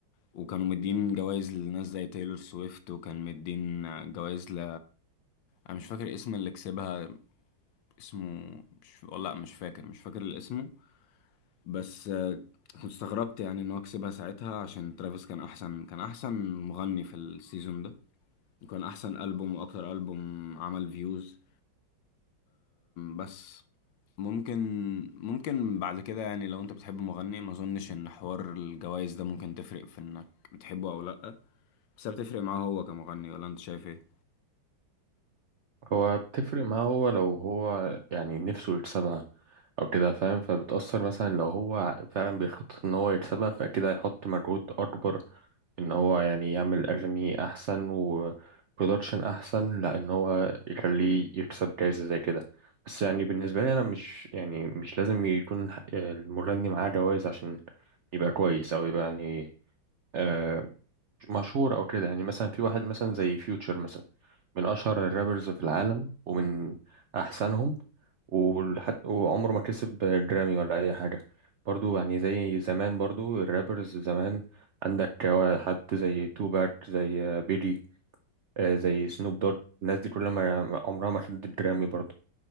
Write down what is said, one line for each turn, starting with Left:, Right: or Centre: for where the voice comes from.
Left: وكانوا مدين جوائز لناس زي تايلور سويفت وكان مدين آه، جوائز ل انا مش فاكر اسم اللي كسبها اسمه مش والله مش فاكر مش فاكر اسمه بس آه، كنت استغربت يعني ان هو كسبها ساعتها عشان ترافيس كان احسن كان احسن مغني في السيزون ده وكان احسن البوم واكتر البوم عمل فيوز بس ممكن ممكن بعد كده يعني لو انت بتحب مغني ما اظنش ان حوار الجوائز ده ممكن تفرق في انك بتحبه او لا بس هي بتفرق معاه هو كمغني ولا انت شايف ايه
Right: هو بتفرق معاه هو لو هو يعني نفسه يكسبها او كده فاهم فبتأثر مثلا لو هو فعلا بيخطط ان هو يكسبها فاكيد هيحط مجهود اكبر ان هو يعني يعمل اغاني احسن وبرودكشن احسن لا ان هو يخليه يكسب جايزة زي كده بس يعني بالنسبة لي انا مش يعني مش لازم يكون المغني معاه جوائز عشان يبقى كويس او يبقى يعني آه، مشهور او كده يعني مثلا في واحد مثلا زي فيوتشر مثلا من اشهر الرابرز في العالم ومن احسنهم ولحد وعمره ما كسب جرامي ولا اي حاجه برضو يعني زي زمان برضو الرابرز زمان عندك حد زي توباك زي بيجي آه، زي سنوب دوج الناس دي كلها ما- عمرها ما خدت جرامي برضو